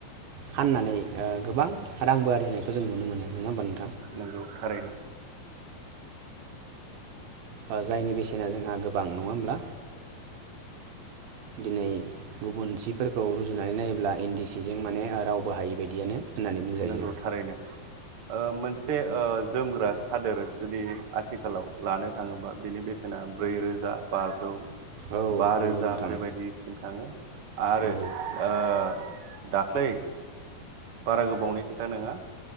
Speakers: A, on the right; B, on the right.
A: फाननानै ओ गोबां रांबो आरजिनायखौ जों नुनो मोनो नङा होनबा
B: नंगौ थारैनो।
A: ओ जायनि बेसेना जोंहा गोबां नङा होमब्ला दिनै गुबुन सिफोरखौ रुजुनानै नायोब्ला इन्दि सिजों माने रावबो हायि बायदियानो। होननानै बुंजायो
B: नंगौ थारैनो ओ मोनसे मोनसे ओ जोमग्रा सादोर जुदि आथिखालाव लानो थाङोबा बेनि बेसेना ब्रैरोजा बाजौ
A: औ
B: बा
A: नंगौ
B: रोजा
A: नोंथां
B: बेबायदिसिम थाङो आरो
A: औ
B: ओ दाख्लै बारा गोब खोथा नङा